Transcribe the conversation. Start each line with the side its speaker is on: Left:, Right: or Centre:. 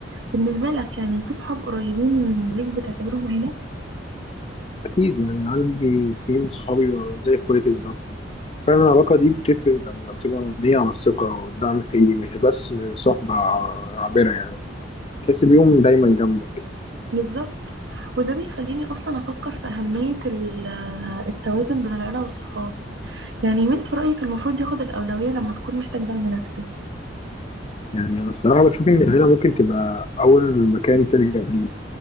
Right: بالنسبة لك يعني في صحاب قريبين ليك بتعتبرهم عيلة
Left: اكيد يعني عندي اتنين صحابي بقوا زي اخواتي بالظبط فعلا العلاقه دي بتفرق لما بتبقى مبنيه على الثقه والدعم الحقيقي مش بس صحبه عابره يعني تحس بيهم دايما جنبك
Right: بالظبط وده بيخليني أصلا أفكر في أهمية ال- التوازن بين العيلة والصحاب يعني مين في رأيك المفروض ياخد الأولوية لما تكون محتاج دعم نفسي
Left: يعني انا الصراحه بشوف ان العيله ممكن تبقى اول مكان تلجأ ليه